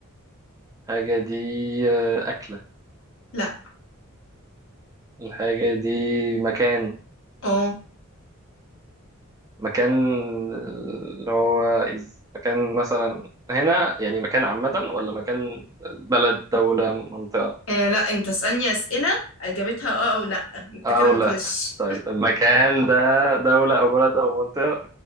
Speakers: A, on the right; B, on the left.
A: الحاجة دي آه، أكلة
B: لا
A: الحاجة دي مكان
B: اه
A: مكان اللي هو إز... مكان مثلا هنا يعني مكان عامة ولا مكان بلد دولة منطقة
B: آه، لا انت اسالني اسئله اجابتها اه او لا انت
A: أو
B: كده
A: لا
B: بتغش
A: طيب المكان ده دولة أو بلد أو منطقة